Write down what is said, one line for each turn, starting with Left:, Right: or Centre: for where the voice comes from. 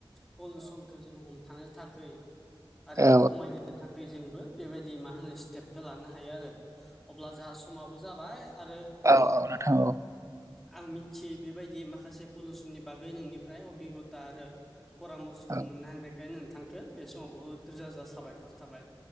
Centre: पलुसनखौ जों हम। थानो थाखाय आरो
Right: औ
Centre: खमायनो। थाखाय जोंबो बेबायदि मा होनो स्टेपखौ लानो हायो आरो अब्ला जाहा समाबो। जाबाय आरो।
Right: औ औ नोंथां औ
Centre: आं मिथियै बेबायदि माखासे पलिउसननि बागै नोंनिफ्राय अबिगथा आरो। परामर्स'खौ
Right: औ
Centre: मोननो हानायखाय नोंथांखौो बे समाव बुहुद रोजा रोजा साबायखर थाबाय।